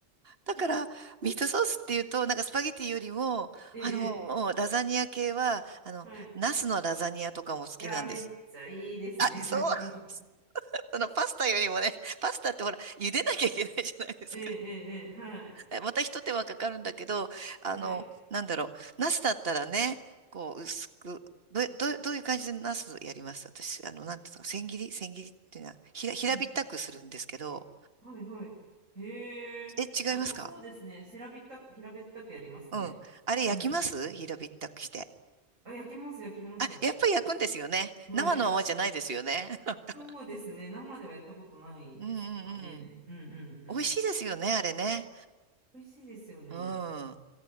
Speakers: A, on the right; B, on the right.
A: だから、ミートソースっていうと、なんかスパゲティよりも、
B: ええ、
A: あの、もうラザニア系は、あの、
B: はい。
A: ナスのラザニアとかも好きなんです。
B: いやー、めっちゃいいですね。
A: あ、そう
B: <laughs> なんかもう。
A: そのパスタよりもね、<laughs> パスタってほら、茹でなきゃいけないじゃないですか。
B: ええ、ええ、ええはい。
A: <laughs> また一手間かかるんだけど、あの、
B: はい。
A: なんだろう、ナスだったらね、こう、薄く、どう、どう、どういう感じでナスやります私、あの、なんていうの、千切り千切りっていうのは、ひら、平べったくするんですけど、
B: うん、はい、はい。へえ。
A: え、違いますか
B: あ、でもそうですね。せらびった、平べったくやりますね。
A: うん。あれ焼きます平べったくして。
B: うん。あ、焼きます、焼きます。
A: あ、やっぱり焼くんですよね。
B: はい。
A: 生のままじゃないですよね。<laughs>
B: そうですね。生ではやったことないですかね。
A: うんうん
B: うん、うん、うん。
A: うん。美味しいですよね、あれね。
B: 美味しいですよね。
A: うん。